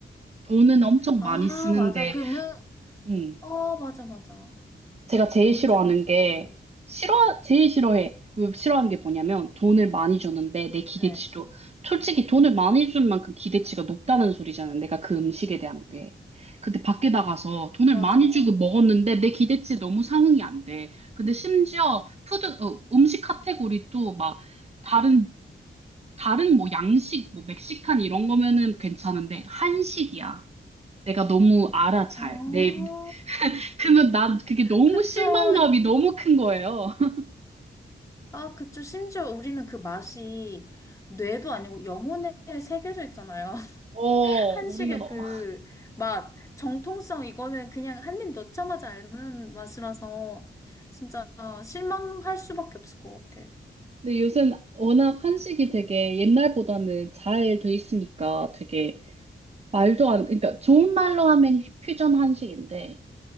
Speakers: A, on the right; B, on the left.
A: 돈은 엄청
B: 아,
A: 많이 쓰는데,
B: 맞아. 그러면,
A: 응.
B: 어, 맞아, 맞아.
A: 제가 제일
B: 그 문제가
A: 싫어하는
B: 있어요.
A: 게, 싫어, 제일 싫어해. 왜 싫어하는 게 뭐냐면, 돈을 많이 주는데, 내 기대치도,
B: 네,
A: 솔직히 돈을 많이 준 만큼 기대치가 높다는 소리잖아요. 내가 그 음식에 대한 게. 근데 밖에 나가서 돈을
B: 맞아.
A: 많이 주고 먹었는데, 내 기대치에 너무 상응이 안 돼. 근데 심지어, 푸드, 어, 음식 카테고리도 막, 다른, 다른 뭐 양식, 뭐 멕시칸 이런 거면은 괜찮은데, 한식이야. 내가 너무 알아, 잘.
B: 아,
A: 내 그러면 난 그게 너무
B: 그쵸.
A: 실망감이 너무 큰 거예요. <laughs>
B: 아, 그쵸. 심지어 우리는 그 맛이 뇌도 아니고 영혼에 새겨져 있잖아요. <laughs>
A: 어,
B: 한식의
A: 우리는, 어.
B: 그 맛, 정통성, 이거는 그냥 한 입 넣자마자 아는 맛이라서 진짜 실망할 수밖에 없을 것 같아.
A: 근데 요새는 워낙 한식이
B: 그
A: 되게 옛날보다는 잘 돼 있으니까 되게 말도 안, 그러니까 좋은 말로 하면 퓨전 한식인데,